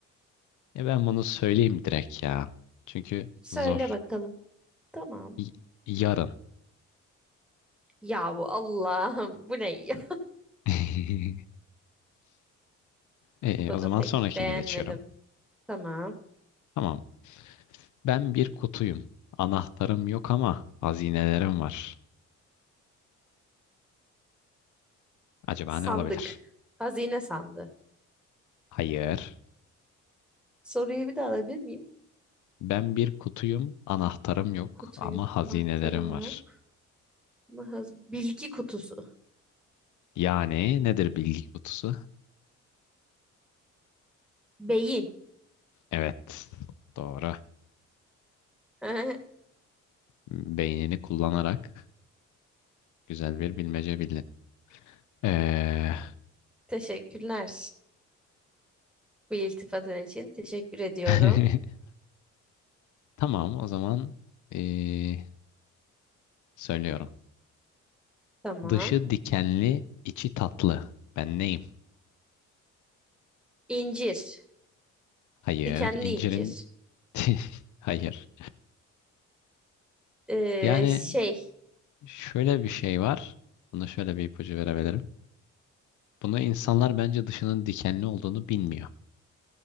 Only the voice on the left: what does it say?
E ben bunu söyleyeyim direkt ya. Çünkü
zor.
Y- yarın.
<laughs>
Ee,
o zaman
sonrakine
geçiyorum.
Tamam. Ben bir kutuyum. Anahtarım yok ama hazinelerim var. Acaba
ne olabilir?
Hayır.
Ben bir kutuyum. Anahtarım yok
ama hazinelerim
var.
Yani nedir bilgi kutusu?
Evet. Doğru.
Beynini kullanarak güzel bir bilmece bildin. Ee,
<laughs> tamam o zaman ee, söylüyorum.
Dışı dikenli, içi tatlı. Ben neyim?
Hayır.
incirin
<laughs> Hayır.
Yani
şöyle bir şey var. Buna şöyle bir ipucu verebilirim. Bunu insanlar bence dışının dikenli olduğunu bilmiyor.